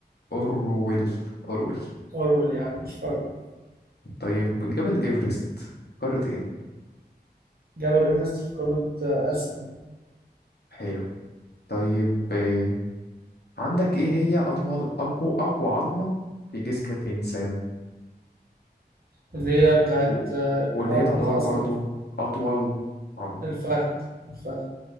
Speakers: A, on the left; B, on the right.
A: أورويل أورويل
B: أورويل يا عم مش فارقة
A: طيب جبل إيفرست قارة إيه؟
B: جبل إيفرست في قارة آه، آسيا
A: حلو طيب آه، عندك إيه هي أطول أقوى أقوى عظمة في جسم الإنسان
B: اللي هي بتاعت
A: و-
B: آه،
A: واللي
B: عظمة
A: هي تعتبر
B: عصب
A: برضو أطول عظمة
B: الفخذ الفخذ